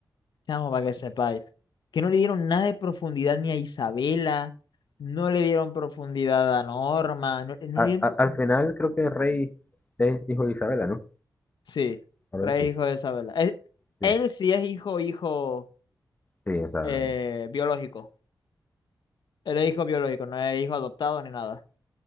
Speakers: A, on the left; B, on the left.
A: Chamo, para que sepáis. Que no le dieron nada de profundidad ni a Isabela. No le dieron profundidad a Norma. No, no
B: A-
A: le dieron
B: a-
A: profu-
B: al final creo que el rey es hijo de Isabela, ¿no?
A: Sí,
B: Algo
A: trae
B: así.
A: hijo de Isabela. Es-
B: Sí,
A: él sí es hijo, hijo
B: sí, o sea.
A: eh, biológico. Él es hijo biológico, no es hijo adoptado ni nada.